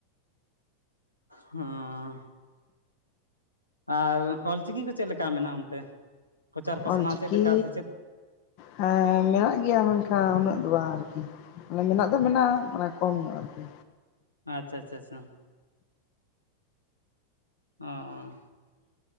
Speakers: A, on the left; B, on the left.
A: ᱦᱮᱸ ᱟᱨ ᱚᱞ ᱪᱤᱠᱤ ᱠᱚ ᱪᱮᱫᱞ ᱞᱮᱠᱟ ᱢᱮᱱᱟᱜᱼᱟ ᱚᱱᱛᱮ ᱯᱨᱚᱪᱟᱨ
B: ᱚᱞᱪᱤᱠᱤ
A: ᱯᱟᱥᱱᱟᱣ ᱪᱮᱫ ᱞᱮᱠᱟ ᱥᱮ ᱪᱮᱫ
B: ᱦᱮᱸ ᱢᱮᱱᱟᱜ ᱜᱮᱭᱟ ᱢᱮᱱᱠᱷᱟᱱ ᱩᱱᱟᱹᱜ ᱫᱚ ᱵᱟᱝ ᱟᱨᱠᱤ ᱢᱟᱱᱮ ᱢᱮᱱᱟᱜ ᱫᱚ ᱢᱮᱱᱟᱜᱼᱟ ᱢᱟᱱᱮ ᱠᱚᱢ ᱧᱚᱜ ᱟᱨᱠᱤ
A: ᱟᱪᱪᱷᱟ ᱟᱪᱪᱷᱟ ᱟᱪᱪᱷᱟ ᱚ